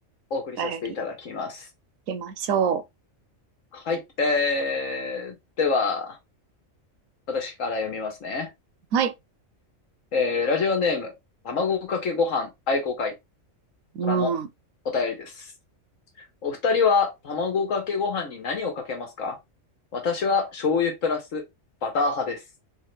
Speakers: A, on the left (about 70°); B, on the right (about 80°).
A: お送りさせていただきます。
B: 便り行きましょ
A: はい、えー、では、私から読みますね。
B: う。はい。
A: えー、ラジオネーム、卵かけご飯愛好会
B: うん。
A: からのお便りです。お二人は卵かけご飯に何をかけますか私は醤油プラスバター派です。